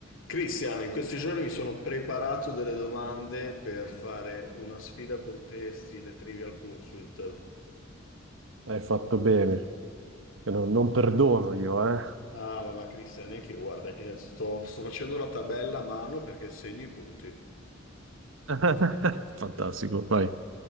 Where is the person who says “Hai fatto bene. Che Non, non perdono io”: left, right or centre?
Right